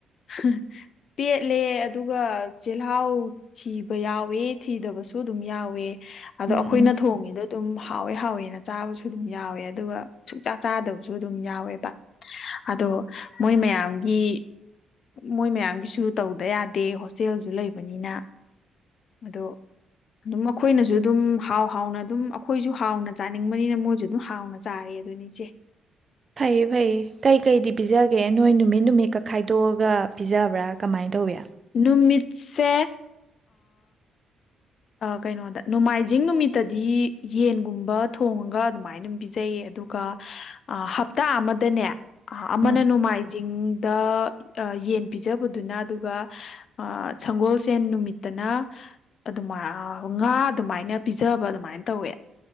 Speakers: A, on the left (about 60°); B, on the right (about 40°).
A: ꯍꯥ ꯄꯦꯠꯂꯦ ꯑꯗꯨꯒ ꯆꯤꯜꯍꯥꯎ ꯊꯤꯕ ꯌꯥꯎꯋꯦ ꯊꯤꯗꯕꯁꯨ ꯑꯗꯨꯝ ꯌꯥꯎꯋꯦ ꯑꯗꯣ
B: ꯎꯝ
A: ꯑꯩꯈꯣꯏꯅ
B: ꯎꯝ
A: ꯊꯣꯡꯉꯤꯗꯣ ꯑꯗꯨꯝ ꯍꯥꯎꯋꯦ-ꯍꯥꯎꯋꯦ ꯅ ꯆꯥꯕꯁꯨ ꯑꯗꯨꯝ ꯌꯥꯎꯋꯦ ꯑꯗꯨꯒ ꯁꯨꯡꯆꯥ ꯆꯥꯗꯕꯁꯨ ꯑꯗꯨꯝ ꯌꯥꯎꯋꯦꯕ ꯑꯗꯣ ꯃꯣꯏ ꯃꯌꯥꯝꯒꯤ ꯃꯣꯏ ꯃꯌꯥꯝꯒꯤꯁꯨ ꯇꯧꯗ ꯌꯥꯗꯦ ꯍꯣꯁꯇꯦꯜꯁꯨ ꯂꯩꯕꯅꯤꯅ ꯑꯗꯣ ꯑꯗꯨꯝ ꯑꯩꯈꯣꯏꯅꯁꯨ ꯑꯗꯨꯝ ꯍꯥꯎ ꯍꯥꯎꯅ ꯑꯗꯨꯝ ꯑꯩꯈꯣꯏꯁꯨ ꯍꯥꯎꯅ ꯆꯥꯅꯤꯡꯕꯅꯤꯅ ꯃꯣꯏꯁꯨ ꯑꯗꯨꯝ ꯍꯥꯎꯅ ꯆꯥꯔꯦ ꯑꯗꯨꯅꯦ ꯏꯆꯦ
B: ꯐꯩꯌꯦ-ꯐꯩꯌꯦ ꯀꯩ-ꯀꯩꯗꯤ ꯄꯤꯖꯒꯦ ꯅꯣꯏ ꯅꯨꯃꯤꯠ ꯅꯨꯃꯤꯠꯀ ꯈꯥꯏꯗꯣꯛꯑꯒ ꯄꯤꯖꯕ꯭ꯔꯥ ꯀꯃꯥꯏꯅ ꯇꯧꯋꯤ
A: ꯅꯨꯃꯤꯠꯁꯦ ꯀꯩꯅꯣꯗ ꯅꯣꯡꯃꯥꯏꯖꯤꯡ ꯅꯨꯃꯤꯠꯇꯗꯤ ꯌꯦꯟꯒꯨꯝꯕ ꯊꯣꯡꯉꯒ ꯑꯗꯨꯃꯥꯏꯅ ꯑꯗꯨꯝ ꯄꯤꯖꯩꯌꯦ ꯑꯗꯨꯒ ꯍꯞꯇꯥ ꯑꯃꯗꯅꯦ ꯑꯃꯅ
B: ꯎꯝ
A: ꯅꯣꯡꯃꯥꯥꯏ ꯖꯤꯡꯗ ꯑ ꯌꯦꯟ ꯄꯤꯖꯕꯗꯨꯅ ꯑꯗꯨꯒ ꯍꯥ ꯁꯪꯒꯣꯜꯁꯦꯟ ꯅꯨꯃꯤꯠꯇꯅ ꯑꯗꯨꯃꯥꯏ ꯉꯥ ꯑꯗꯨꯃꯥꯏꯅ ꯄꯤꯖꯕ ꯑꯗꯨꯃꯥꯏꯅ ꯇꯧꯋꯦ